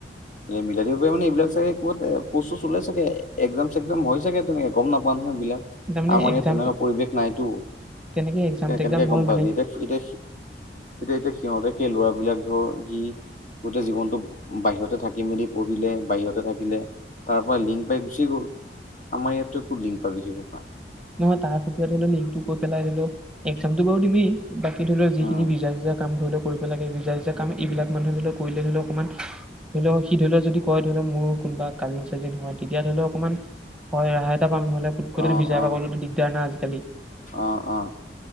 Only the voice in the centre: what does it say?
তাৰ মানে
এক্সাম
তেনেকে এক্সাম টেক্সাম
হয়
মানে
নহয় তাৰ ফটোও লিংকটোৈ পেলাইও একজামতটো বাৰু দিয়েই। বাকী ধৰি লও যিখিনি
ভিজা যিজা কাম ধৰি লও কৰিব লাগে। ভিজা সিজা কাম এইবিলাক মানুহ ধৰি লওক কৰিলে ধৰি লও অকমান ধৰি লও সি ধৰি লওক যদি কয় ধৰি লও মোৰ কোনোবা কাজিন চাজিন হয়। তেতিয়া ধৰি লও অকণমান হয় ৰেহায় এটা পাম নহ'লে কুটকটত
ভিজাই
পাব। না আজিকালি।